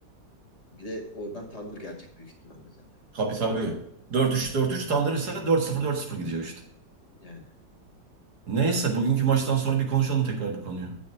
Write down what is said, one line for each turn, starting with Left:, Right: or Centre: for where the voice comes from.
Left: Bir de oradan tandır gelecek büyük ihtimalle zaten
Right: Tabii tabii. Dört üç dört üç Thunder ise dört sıfır dört sıfır gidecek işte.
Left: yani. Yani
Right: Neyse bugünkü maçtan sonra bir konuşalım tekrar bu konuyu.